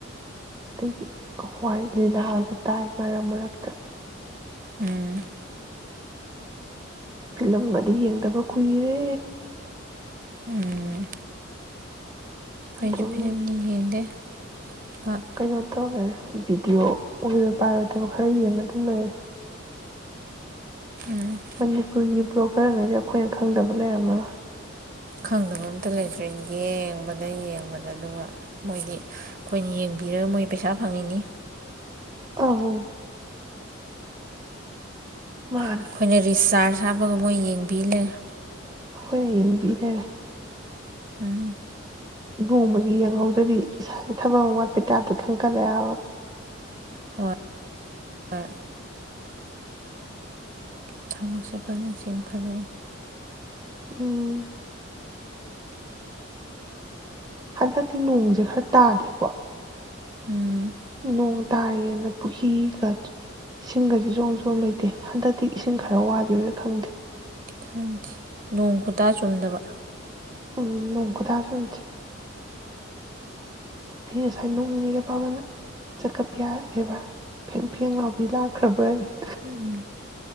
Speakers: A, on the right; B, on the right.
A: ꯑꯗꯒꯤ ꯍꯣꯏ ꯂꯤꯂꯥꯁꯨ ꯇꯥꯏ ꯃꯔꯛ- ꯃꯔꯛꯇ꯫
B: ꯎꯝ꯫
A: ꯐꯤꯂꯝꯒꯗꯤ ꯌꯦꯡꯗꯕ ꯀꯨꯏꯔꯦ꯫
B: ꯎꯝ꯫
A: ꯑꯗꯨꯝ
B: ꯑꯩꯁꯨ ꯐꯤꯂꯝꯗꯤ ꯌꯦꯡꯗꯦ ꯄꯥꯛ
A: ꯀꯩꯅꯣ ꯇꯧꯋꯦ ꯚꯤꯗꯤꯑꯣ ꯑꯣꯏꯔꯣꯏ ꯄꯥꯏꯔꯣꯏꯗꯕ ꯈꯔ ꯌꯦꯡꯉ ꯑꯗꯨꯝ ꯂꯩꯔꯦ꯫
B: ꯎꯝ
A: ꯃꯅꯤꯄꯨꯔꯤ ꯕ꯭ꯂꯣꯒꯔ ꯉꯩꯖꯦ ꯑꯩꯈꯣꯏꯅ ꯈꯪꯗꯕ ꯂꯩꯔꯝꯃꯔꯣꯏ꯫
B: ꯐꯪꯗꯕ ꯑꯝꯇ ꯂꯩꯇ꯭ꯔꯦ ꯌꯦꯡꯕꯗ- ꯌꯦꯡꯕꯗ ꯑꯗꯨꯒ ꯃꯣꯏꯗꯤ ꯑꯩꯈꯣꯏꯅ ꯌꯦꯡꯕꯤꯔꯒ ꯃꯣꯏ ꯄꯩꯁꯥ ꯐꯪꯉꯤꯅꯤ꯫
A: ꯑꯣ꯫ ꯃꯥꯅꯦ
B: ꯑꯩꯈꯣꯏꯅ ꯔꯤꯆꯥꯔꯆ ꯍꯞꯄꯒ ꯃꯣꯏꯒꯤ ꯌꯦꯡꯕꯤ ꯂꯩꯔꯦ꯫
A: ꯑꯩꯈꯣꯏꯅ ꯌꯦꯡꯕꯤꯂꯩꯔꯦ꯫
B: ꯎꯝ꯫
A: ꯅꯣꯡꯃꯒꯤ ꯌꯦꯡꯍꯧꯗ꯭ꯔꯗꯤ ꯏꯁꯥꯥꯁꯦ ꯊꯕꯛ ꯑꯃ ꯋꯥꯠꯄꯩ ꯇꯥꯏꯄꯇ ꯈꯪꯀꯠꯂꯛꯑꯕ꯫
B: ꯍꯣꯏ -꯫ ꯊꯕꯛꯁꯦ ꯀꯟꯅꯥ ꯆꯤꯟ ꯈꯠ ꯂꯛ ꯏ ꯫
A: ꯎꯝ꯫ ꯍꯟꯗꯛꯇꯤ ꯅꯣꯡꯁꯦ ꯈꯔ ꯇꯥꯗꯦꯀꯣ꯫
B: ꯎꯝ꯫
A: ꯅꯣꯡ ꯇꯥꯔꯤꯅꯦꯅ ꯄꯨꯈꯔ꯭ꯤꯒ ꯏꯁꯤꯡꯒꯁꯦ ꯖꯣꯝ- ꯖꯣꯝ ꯂꯩꯇꯦ ꯍꯟꯗꯛꯇꯤ ꯏꯁꯤꯡ ꯈꯔ ꯋꯥꯗꯣꯏꯔꯥ ꯈꯪꯗꯦ꯫
B: ꯈꯪꯗꯦ ꯅꯣꯡ ꯈꯨꯇꯥ ꯆꯨꯝꯗꯕ꯫
A: ꯎꯝ ꯅꯣꯡ ꯈꯨꯇꯥ ꯆꯨꯝꯗꯦ꯫ ꯑꯩ ꯉꯁꯥꯏ ꯅꯣꯛꯅꯤꯡꯅ ꯄꯥꯕꯨꯡꯅ ꯆꯠꯀꯠꯄ ꯌꯥꯒꯦꯕ ꯐꯦꯡ - ꯐꯦꯡ ꯂꯥꯎꯕꯤ ꯂꯥꯛꯈ꯭ꯔꯕ꯭ꯔ ꯌꯦ ꯫
B: ꯎꯝ